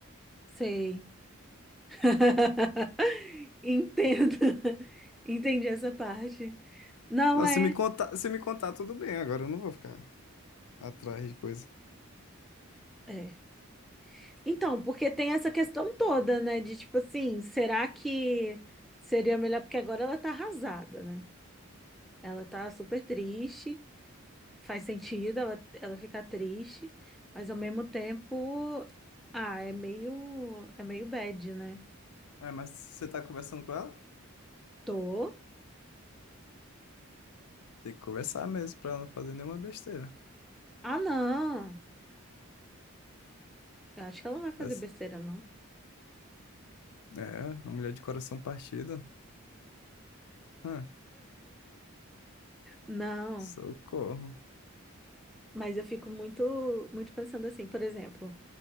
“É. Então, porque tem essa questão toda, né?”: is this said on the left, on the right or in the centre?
Centre